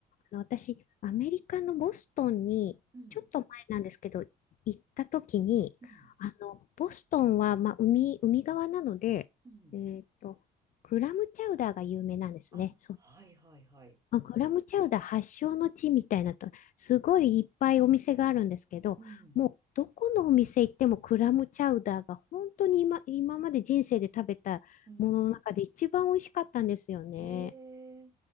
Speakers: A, on the left; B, on the right.
A: あの、私、アメリカのボストンに、
B: うん、
A: ちょっと前なんですけど、行った時に、
B: うん、
A: あの、ボストンは、まあ、海、海側なので、
B: うん。
A: えっと、クラムチャウダーが有名なんですね。
B: あ、はいはいはい。
A: まあグラムチャウダー発祥の地みたいなと、
B: うん、
A: すごいいっぱいお店があるんですけど、
B: うん、
A: もうどこのお店行ってもクラムチャウダーが本当に今、今まで人生で食べたものの中で一番美味しかったんですよね。
B: うん。へえ。